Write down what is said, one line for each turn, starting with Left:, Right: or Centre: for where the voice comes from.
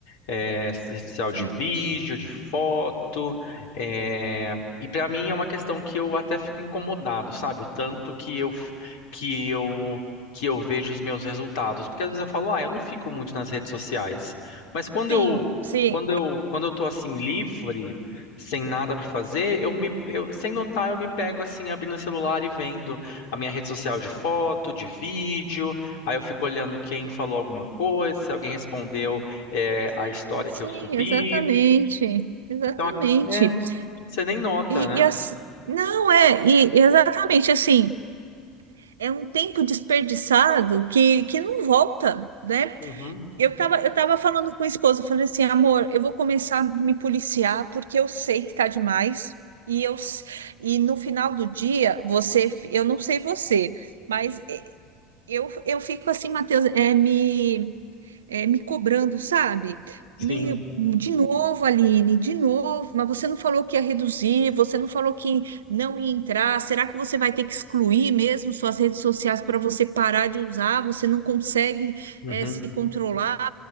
Left: é, social
Right: Sim.
Left: de vídeo, de foto. é, e para mim é uma questão que eu até fico incomodado, sabe? O tanto que eu f- que eu que eu vejo os meus resultados, porque às vezes eu falo, ah, eu não fico muito nas redes sociais, mas quando
Right: sim,
Left: eu
Right: sim.
Left: quando eu quando eu tô assim livre, sem nada para fazer, eu me eu, sem notar eu me pego assim abrindo o celular e vendo a minha rede social de foto, de vídeo, aí eu fico olhando quem falou alguma coisa, se alguém respondeu é,
Right: Sim,
Left: a história
Right: sim,
Left: que eu subi.
Right: exatamente, exatamente.
Left: Então, é, você nem nota,
Right: E,
Left: né?
Right: e as- não é, e e exatamente assim, é um tempo desperdiçado que, que não volta, né?
Left: Uhum,
Right: Eu tava, eu tava falando com a esposa eu falei assim, amor, eu vou começar a me policiar porque eu sei que tá demais. E eu s- e no final do dia, você, eu não sei você, mas eh, eu, eu fico assim, Matheus, é me é, me cobrando, sabe? Meio,
Left: sim.
Right: de novo, Aline, de novo, mas você não falou que ia reduzir, você não falou que não ia entrar. Será que você vai ter que excluir mesmo suas redes sociais para você parar de usar? Você não consegue,
Left: Uhum,
Right: é, se controlar?